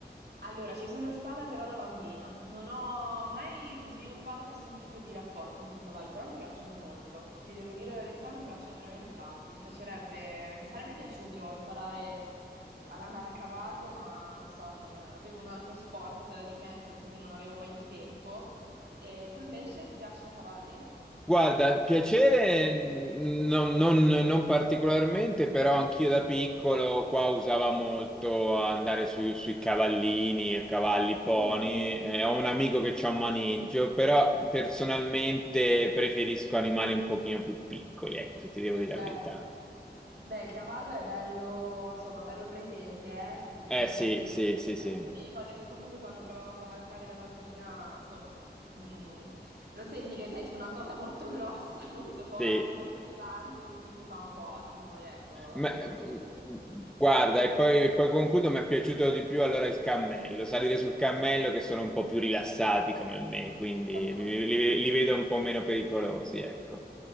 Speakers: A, on the right; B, in the centre.
A: Allora, ci sono stata però da bambina. Non ho mai sviluppato nessun tipo di rapporto con i cavalli, però mi piacciono molto. Ti devo dire la verità, mi piacciono veramente tanto. Mi piacerebbe, mi sarebbe piaciuto imparare ad andare a cavallo, ma non so, non- avevo un altro sport di mezzo, quindi non avevo mai il tempo. E tu invece ti piacciono i cavalli?
B: Guarda, piacere mm, non, non- non particolarmente, però anch'io da piccolo qua usava molto andare su- sui cavallini, a cavalli,
A: Mhm.
B: pony. Eh, ho un amico che c'ha un maneggio, però personalmente preferisco animali un pochino più piccoli, ecco, se ti devo
A: Ok.
B: dire la verità.
A: Beh, il cavallo è bello, insomma, bello presente, eh, fisicamente,
B: Eh sì,
A: quindi
B: sì, sì, sì,
A: anche io mi ricordo che comunque quando provavo a cavalcare da bambina, insomma, mm, lo senti che sei su una cosa molto grossa, <laughs> molto forte,
B: sì.
A: molto pesante, quindi ti fa un po' timore, ecco, a
B: Ma-
A: primo acchito, quello
B: guarda,
A: sì.
B: e poi, poi concludo, mi è piaciuto di più allora il cammello, salire sul cammello che sono un po' più rilassati come me,
A: <laughs>
B: quindi li, li- li vedo un po' meno pericolosi, ecco.